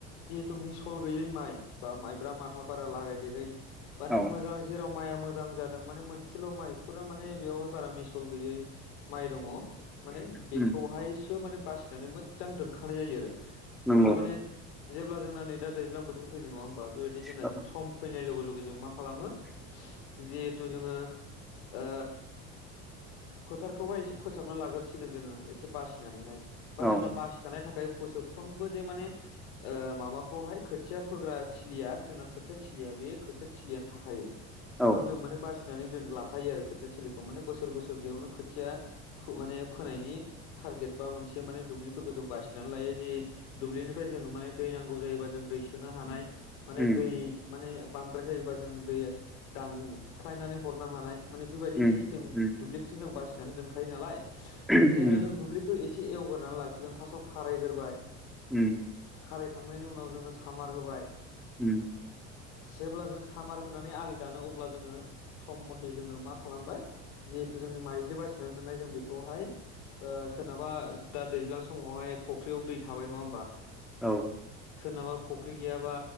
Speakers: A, on the left; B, in the centre.
A: जिहेथु मिसल गैयै माइ बा माइब्रा माथा बारा लागायदेरै माने
B: औ
A: मोजां जेराव माइया मोजां जादों माने मोनसेल' माइ फुरा माने बेवहाय बारा मिसल गैयै माइ दङ। माने बेखौहाय
B: उम
A: बो माने बासिनानै मोजां दोनखानाय जायो आरो।
B: नंगौ
A: जेब्ला माने जेब्ला जोंना नै दा दैज्लां बोथोर फैदों नङा होमबा, बेबायदि जोंना
B: औ
A: सम फैनाय लोगो लोगो जों मा खालामो जिहेथु जोङो ओ फोथारखौहाय एसे फोसाबना लाग्रोसिगोन जोङो एसे बासिनानैहाय
B: औ
A: बा जोंना बा सि थाखाय बोसोरफ्रोमबो जे माने ओ मामाखौहाय खोथिया फोग्रा थिलिया जोंना खोथिया थिलिया बे खोथिया थिलियानो थाखायो।
B: औ
A: खारन जों माने बासिनानै जों लाखायो आरो खोथिया थिलिखौ। माने बोसोर बोसोर बेयावनो खोथिया थु माने फोनायनि टारगेट बा मोनसे माने दुब्लिफोरखौ जों बासिनानै लायो जे दुब्लिनिफ्राय जोंङो माने दै नांगौ जायोबा जों दै सोनो हानाय। माने
B: उम
A: दै माने बांद्राय जायोबा जों दै दानख्लायनानै हरनो हानाय। माने बेबायदि
B: उम
A: सिस्टिम
B: उम
A: दुब्लिखौसो जों बासिनानै दोनखायो नालाय जिहेतु
B: उम
A: जों दुब्लि खौ एसे एवगोरनानै लासिगोन फार्स्टआव खारायग्रोबाय
B: उम
A: खारायखांनायनि उनाव जोङो सामार होबाय।
B: ओ।
A: जेब्ला जों सामार होनानै आलि दानो। अब्ला जोङो सम मथे जोङो मा खालामबाय जिहेथु जोंनि माइजलि बासिनानै दोननाय जों बेखौहाय सोरनाबा दा दैज्लां समावहाय फख्रियाव दै थाबाय नङा होमबा।
B: औ।
A: सोरनाबा फुख्रि गैयाबा